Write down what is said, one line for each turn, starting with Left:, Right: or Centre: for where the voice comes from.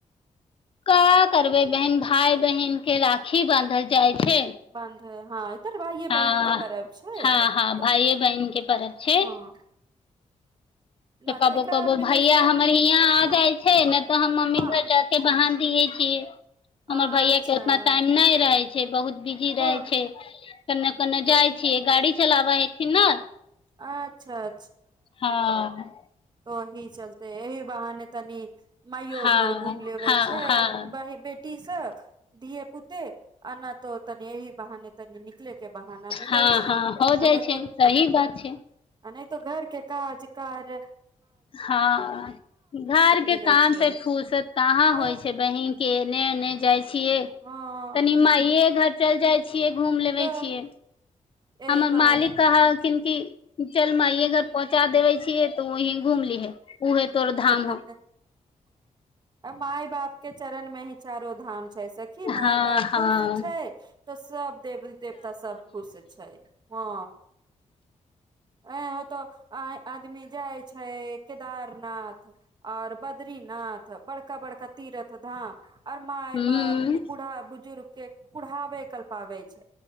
Left: क करबै बहन भाय बहिन के राखी बानधल जाइ छै
Right: बान्ध हँ उत्तर भाइे
Left: हँ
Right: बहिनक के परर्ब छै
Left: हँ हँ
Right: त
Left: भाइये बहिन के परब छै
Right: हँ नहि
Left: तऽ कबो
Right: एकरा
Left: कबौ
Right: आरमे
Left: भैया
Right: जैसे
Left: हमर यहा आ
Right: हँ
Left: जाय छै ने तऽ हम मम्मी
Right: हँ
Left: घर जा के बान्हि दिये की हमर
Right: अच्छा
Left: भैया के ओतना
Right: अच्छा
Left: टाइम नहि रहै छै बहुत बिजी
Right: हँ
Left: रहै छै तने कने
Right: तऽ
Left: जाइ छियै गाड़ी चलाबा हेथिन न
Right: अच्छाा
Left: हँ
Right: तही चलते यही बहने तनी माइो
Left: हँ
Right: घर घुम लेवे
Left: हँ
Right: छै
Left: हँ
Right: बेटी सब धिय पुता अना तऽ तनि ही बहने तनी निकले के बहाना मिले
Left: हँ
Right: छै
Left: हँ हो
Right: आ
Left: जाइ
Right: नहि
Left: छै
Right: तो
Left: सही बात छै
Right: नहि तो घर के काज कार्य
Left: हँ घर के
Right: मिलै
Left: काम
Right: छै
Left: से फुर्सत कहाँ
Right: तऽ
Left: होइ छै बहिन के एने ओने जाइ छियै
Right: हँ
Left: तनी माये घर चल जाए छियै घूम लेबै
Right: तऽ
Left: छियै
Right: एहि
Left: हमर
Right: बहाने
Left: मालिक कह किन ई चल मइये घर पहुँचा देबै छिये त बहि घूम लिहे ओहे तोर धाम
Right: ह
Left: हउ
Right: माय बाप के चरण मे ही चारो धाम छै सखी माय
Left: हँ
Right: बाप खुश
Left: हँ
Right: छै त सब देवी देवता सब खुश छै हँ ए होतौ आ आदमी जाइ छै केदारनाथ आओर बद्रीनाथ बड़का बड़का तीर्थ धाम आओर माय
Left: हूँ
Right: बाप बूढ़ा बुजुर्ग के कुढ़बै कल्पाबै